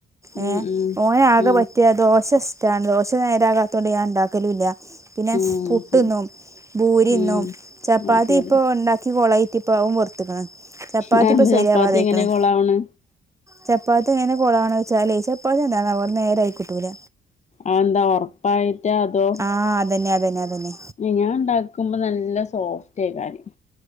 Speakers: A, on the right (about 15°); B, on the left (about 35°).
A: ഏ
B: ഉം, ഉം,
A: ഓനെ ആകെ
B: ഉം,
A: പറ്റിയ ദോശ ഇഷ്ടമാണ് ദോശ നേരാകാത്തൊണ്ട് ഞാൻ ഉണ്ടാക്കലൂല്ല പിന്നെ
B: ഉം,
A: പുട്ട്ന്നും
B: ശരി
A: ഭൂരിന്നും
B: ഉം,
A: ചപ്പാത്തി
B: ആ, ശരി
A: ഇപ്പോൾ ഉണ്ടാക്കി കൊളായിട്ട് ഇപ്പും അതും വെറുത്തക്കണ് ചപ്പാത്തി
B: അതെന്താ
A: ഇപ്പൊ ശെരി
B: ചപ്പാത്തി
A: ആവാ തി
B: എങ്ങനെ
A: ക്കണ്
B: കൊളാവണ്
A: ചപ്പാത്തി ങ്ങനെത്ത് എങ്ങനെ കുളാണ വെച്ചാലേ ചപ്പാത്ത് എന്താണ് അവ നേരെ ആയിക്കിട്ടൂല
B: അഹ് എന്താ ഉറപ്പായിട്ടാ അതോ
A: ആഹ് അതന്നെ അതന്നെ അതന്നെ
B: ഞാൻ ഉണ്ടാക്കുമ്പോ നല്ല സോഫ്റ്റ് ആയി കാര്യം